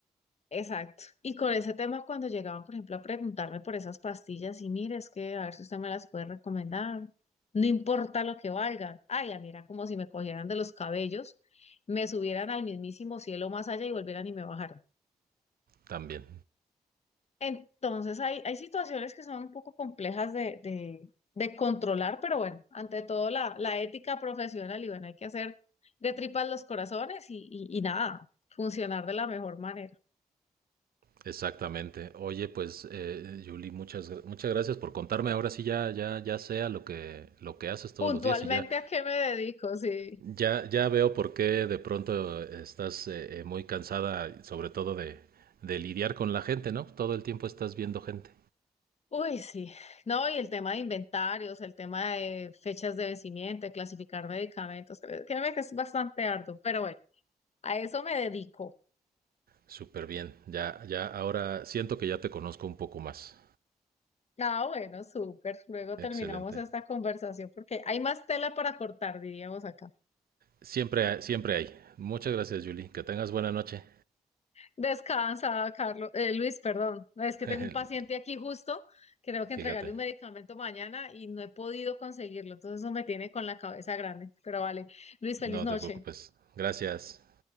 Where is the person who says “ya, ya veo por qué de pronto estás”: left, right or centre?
Right